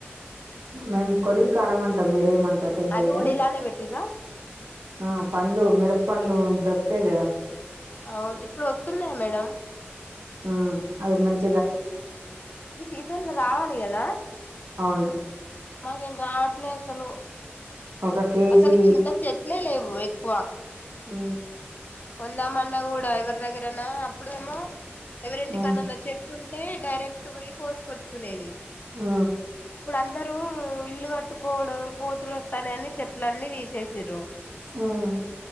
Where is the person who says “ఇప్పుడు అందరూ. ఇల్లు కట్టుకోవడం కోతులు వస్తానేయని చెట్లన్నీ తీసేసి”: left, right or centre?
Left